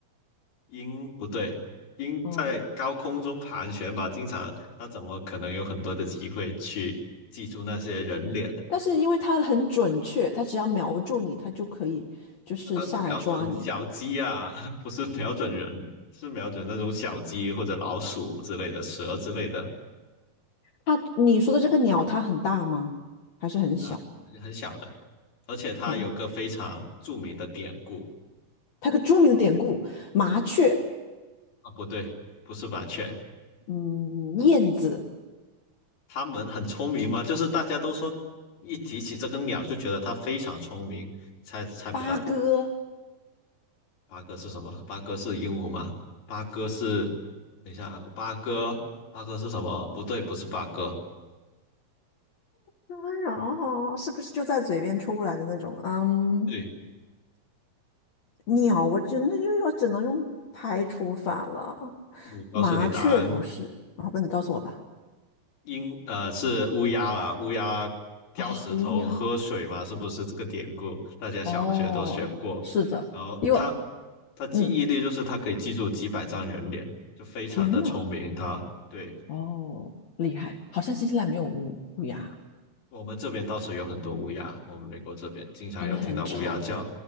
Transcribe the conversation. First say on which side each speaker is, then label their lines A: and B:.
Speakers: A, on the left; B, on the left.
A: 鹰不对，鹰在高空中盘旋吧，
B: 哦，
A: 经常它怎么可能有很多的机会去记住那些人脸？<laughs>
B: 但是因为它很准确，它只要瞄住你，它就可以就是下来抓你。
A: 那它是瞄准小鸡啊，<laughs> 不是瞄准人，是瞄准那种小鸡或者老鼠之类的、蛇之类的，
B: 它你说的这个鸟，它很大吗？还是很小？
A: 不大，很很小的。而且它有个非常著名的典故，
B: 很，它个著名的典故，麻雀，
A: 对啊，不对，不是麻雀，
B: 嗯，燕子，
A: 它们很聪明嘛，就是大家都说一提起这个鸟就觉得它非常聪明，猜猜不到，
B: 八哥，
A: 八哥是什么？八哥是鹦鹉吗？八哥是，等一下，八哥，八哥是什么？不对，不是八哥。
B: 哎呀是不是就在嘴边出不来的那种？嗯，
A: 对，
B: 鸟，我真的就是我只能用排除法了。
A: 我告诉你答案，
B: 麻雀不是，好吧，你告诉我吧。
A: 鹦，呃，是乌鸦啦，乌鸦叼石头喝水嘛，
B: 啊，乌鸦，
A: 是不是这个典故？大家小学都学过。
B: 哦，是的，
A: 然后它，
B: 因为
A: 它记忆力就是它可以记住几百张人脸，
B: 嗯，
A: 就非常的聪明。
B: 天呐，
A: 它，对，
B: 哦，厉害，好像新西兰没有乌乌鸦，
A: 我们这边倒是有很多乌鸦，我们美国这边经常有听到乌鸦叫。
B: 它们很吵。